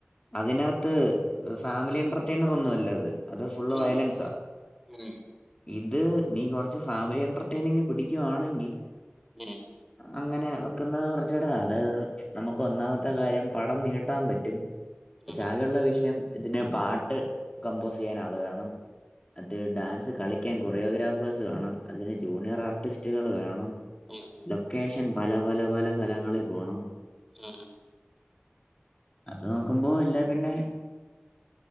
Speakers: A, on the left (about 25°); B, in the centre.
A: അതിന ഫാമിലി എന്റർൈനർ ഒന്നും അല്ല അത് അത് ഫുള്
B: ഉം,
A: വയലൻസാ
B: ഉം, ഉം,
A: ഇത് നീ കൊറച്ച് ഫാമിലി എന്റർടൈനിങ് പിടിക്കുവാണെങ്കിൽ
B: ഉ
A: അങ്ങനെ വെക്കുന്നത് കുറച്ചൂടെ അതായത് നമുക്ക് ഒന്നാമത്തെ കാര്യം പടം നീട്ടാൻ പറ്റും പക്ഷെ
B: ഉം,
A: ആകെയ ഉുള്ള വിഷയം ഇതിന്റെ പാട്ട് കമ്പോസ് ചെയ്യാൻ ആള് വേണം അത് ഡാൻസ് കളിക്കാൻ കൊറിയോഗ്രാഫേഴ്സ് വേണം അതിന് ജൂനിയർ ആർട്ടിസ്റ്റുകൾ വേണം
B: ഉം, ഉം,
A: ലൊക്കേഷൻ പല പല പല സ്ഥലങ്ങളിൽ പോണം
B: ആഹ
A: അത് നോക്കുമ്പോ ഇല്ല പിന്നെ